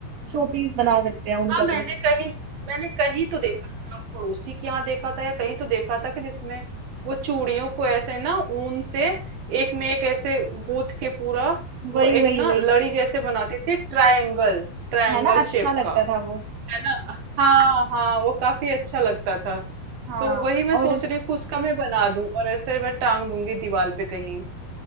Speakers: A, on the right; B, on the right.
A: शोपीस बना सकते हैं उनका
B: हाँ मैंने
A: तो
B: कहीं मैंने कहीं तो देखा था पड़ोसी के यहाँ देखा था या कहीं तो देखा था कि जिसमें वो चूड़ियों को ऐसे ना ऊन से एक में एक ऐसे गूंथ के पूरा वो
A: वही
B: एक
A: वही
B: ना
A: वही
B: लड़ी जैसे बनाते थे ट्रायंगल ट्रायंगल
A: है ना अच्छा
B: शेप
A: लगता
B: का
A: था वो
B: है ना हाँ हाँ वो काफी अच्छा लगता था
A: हाँ
B: तो वही मैं
A: और
B: सोच रही हूँ कि उसका मैं बना दूं और ऐसे मैं टांग दूंगी दीवार पे कहीं